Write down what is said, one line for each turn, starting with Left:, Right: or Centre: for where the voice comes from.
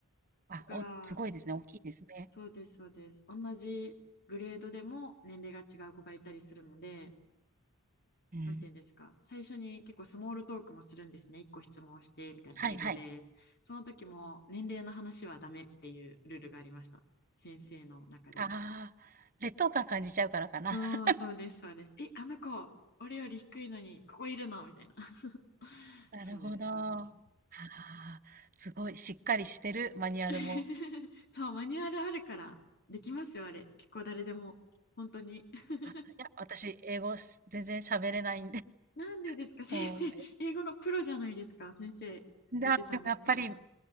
Right: あ、
Left: だから、
Right: お、すごいですね。大きいですね。
Left: そうです、そうです。同じグレードでも年齢が違う子がいたりするので、
Right: うん。
Left: なんていうんですか、最初に結構スモールトークもするんですね。1個質問してみたいな英語で。
Right: はいはい。
Left: その時も年齢の話はダメっていうルールがありました。先生の中で。
Right: ああ、劣等感感じちゃうからかな。
Left: そうそうです、
Right: <laughs>
Left: そうです。え、あの子、俺より低いのにここいるのみたいな。<laughs>
Right: なるほど。
Left: そうです、
Right: ああ、
Left: そうです。
Right: すごい、しっかりしてるマニュアルも。
Left: <laughs> そう、マニュアルあるからできますよ、あれ。結構誰でも。本当に。<laughs>
Right: いや、私、英語し全然喋れないんで、<laughs>
Left: なんでですか、先生。
Right: もう、え
Left: 英語のプロじゃないですか、先生。
Right: だ、
Left: 出てたんですから。
Right: でもやっぱり、